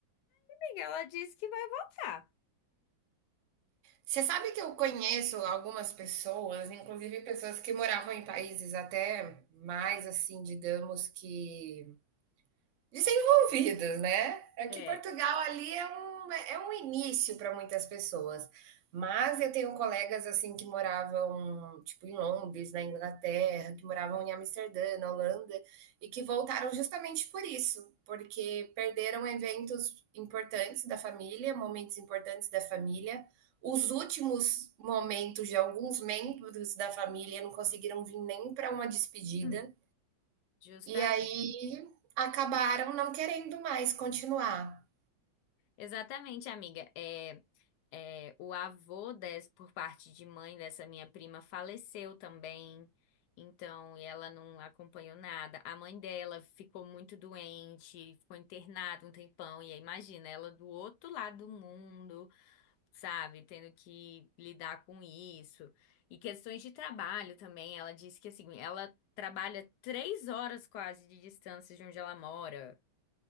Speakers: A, on the left; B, on the right.
A: Amiga, ela disse que vai voltar.
B: Você sabe que eu conheço algumas pessoas, inclusive pessoas que moravam em países até mais assim, digamos que desenvolvidos, né? É
A: É.
B: que Portugal ali é um, é um início para muitas pessoas. Mas eu tenho colegas assim que moravam tipo em Londres, na Inglaterra, que moravam em Amsterdã, na Holanda, e que voltaram justamente por isso, porque perderam eventos importantes da família, momentos importantes da família. Os últimos momentos de alguns membros da família não conseguiram vir nem para uma despedida.
A: <clears throat> Justamente.
B: E aí acabaram não querendo mais continuar.
A: Exatamente, amiga. É, é, o avô des, por parte de mãe dessa minha prima faleceu também, então, e ela não acompanhou nada. A mãe dela ficou muito doente, ficou internada um tempão, e aí imagina, ela do outro lado do mundo, sabe, tendo que lidar com isso. E questões de trabalho também, ela disse que assim, ela trabalha três horas quase de distância de onde ela mora.